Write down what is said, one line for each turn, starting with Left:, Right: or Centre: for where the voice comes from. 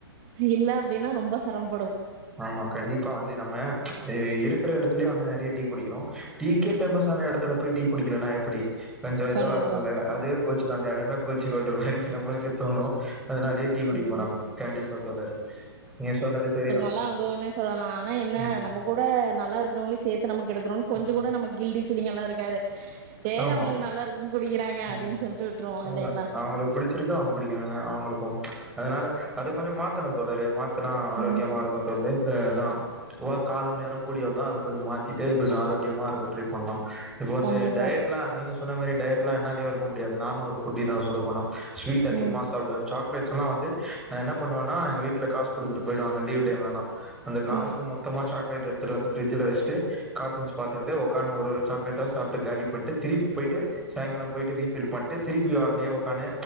Right: இல்ல ஏன்னா ரொம்ப சிரமம்
Centre: ஆம்மா கண்டிப்பா வந்து நம்ம இருக்குற இடத்துலயே வந்து டீ குடிக்கணும் டீக்கே பேமஸ்சான இடத்துல போய் டீ குடிக்கலனா எப்படி கொஞ்சோ இதுவா
Right: கண்டிப்பா
Centre: இருக்குல்ல அதே கூச்சு நா அந்த இடமே கொச்சி கொண்டற மாரி நமளுக்கே தோணு அதனாலயே டீ குடிக்கபோனாங்
Right: இல்லையா
Centre: கண்டிப்பா தோழரு நீ சொன்னது சரிதா
Right: ல்லா அனுபவனே சொல்லலா ஆனா என்ன
Centre: ம்
Right: நம்ப கூட நல்லா இருக்கிறவங்லியு சே த்து நமக்கு எடுக்கனு கொஞ்ச
Centre: ம்
Right: கூட நம்ம கில்டி ஃபிலிங்கால்லா இருக்காது சேரி
Centre: ஆமா
Right: அவங்களுக்கு நல்லா இருக்குன்னு குடிக்கிறாங்க
Centre: ஆமா
Right: அப்பிடின்னு சொல்லிட்டுவுட்டுருவோ
Centre: அவ்ளதா
Right: இல்லைங்களா
Centre: அவங்களுக்கு புடிச்சிருக்கு அவங்க குடிக்கிறாங்க அவங்களுக்கு அதனால அது கொஞ்சோ மாத்தணு தோழரே மாத் த்தனா ஆரோக்கியமா
Right: ம்
Centre: இருக்கு தோழ்ரே த அதா ஓ காலம் நேரம் கூடிய வந்தா அத கொஞ்சம் மாத்திட்டு பிரோச ஆரோக்கியமா இருக்க ட்ரை பண்ணலா இப்ப வந்து
Right: கண்டிப்பா
Centre: டைட்ல்லா நீங்க சொன்ன மாதிரி டைட்ல்லா என்னா லீவ் எடுக்க முடியாது நானு ஒரு ஃபுட்டிதா சொல்ல போனா ஸ்வீட் அதிகமாக
Right: ம்
Centre: சாப்பிடுவே சாக்லேட்ஸ்ல்லா வந்து என்ன பண்ணுவன்னனா எங்க வீட்டல காசு குடுத்துட்டு போயிடுவாங்க லீவ் டைம்ல்லா அந்த காசுக்கு
Right: ம்
Centre: மொத்தமா சாக் லேட்டு எடுத்துட்டு வந்து ஃபிரிட்ஜல வெச்ட்டு காரூன்ஸ் பாத்துட்டு உக்கார்னு ஒரு ஒரு சாக்லேட் ட்டா சாப்புட்டு காலி பண்ட்டு திருப்பி போயிட்டு சாயங்காலம் போயிட்டு ரீஃபில் பண்ணிட்டு திருப்பி வா அப்பிடியே உக்கானு